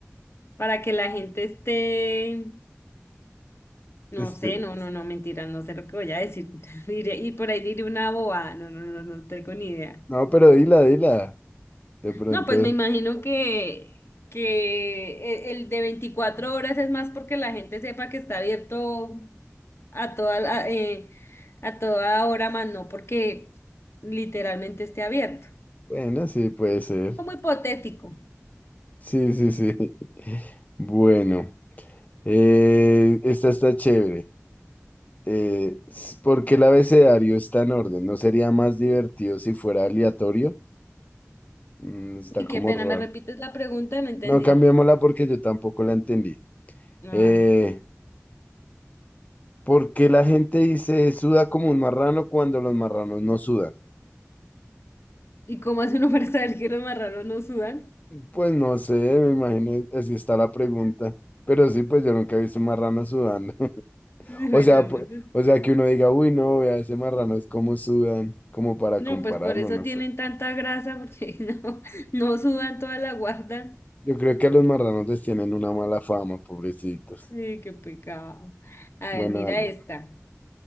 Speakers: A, on the left; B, on the left.
A: para que la gente esté, no
B: Este,
A: sé, no, no, no, mentira, no sé lo que voy a decir. <laughs> Diré- Y por ahí diré una boba, no, no, no, no tengo ni idea.
B: no, pero dila, dila. De pronto,
A: No, pues me imagino que, que e- el de 24 horas es más porque la gente sepa que está abierto a toda, la- eh, a toda hora, más no porque literalmente esté abierto.
B: bueno, sí, puede ser.
A: Como hipotético.
B: Sí, sí, sí. <laughs> Bueno, eh, esta está chévere. Eh, s- ¿por qué el abecedario está en orden? ¿No sería más divertido si fuera aleatorio? Mm, está
A: Y
B: como
A: qué pena,
B: raro.
A: ¿me repites la pregunta? No entendí.
B: No, cambiémosla porque yo tampoco la entendí.
A: Ah,
B: Eh, ¿por qué la gente dice suda como un marrano cuando los marranos no sudan?
A: ¿y cómo hace uno <laughs> para saber que los marranos no sudan?
B: Pues no sé, me imagino, así está la pregunta. Pero sí, pues yo nunca he visto un marrano sudando. <laughs>
A: Bueno,
B: O sea,
A: no,
B: pues,
A: no, pues
B: o sea, que uno diga, uy, no, vea, ese marrano es como sudan, como para
A: no,
B: compararlo,
A: pues por eso
B: no
A: tienen
B: sé.
A: tanta grasa, porque <laughs> no, no sudan, toda la guardan.
B: Yo creo que a los marranos les tienen una mala fama, pobrecitos.
A: Sí, qué pecado. A ver,
B: Bueno,
A: mira
B: dale.
A: esta.